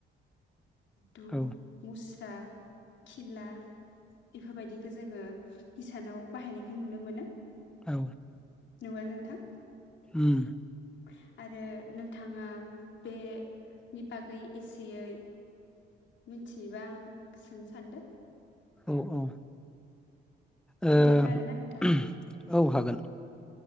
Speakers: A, on the left; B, in the centre.
A: दु
B: औ
A: मुस <unintelligible> खिला इफोरबायदिखौ जोङो हिसानाव बाहायनाय नुनो मोनो।
B: औ।
A: मोनो नोंथां।
B: उम
A: <inaudible> आरो नोंथाङा बेनि बागै एसेयै मिथियोबा आं सोंनो सानदों।
B: औ औ। ओ
A: खोन्थानो हागोन ना नोंथाङा
B: औ हागोन।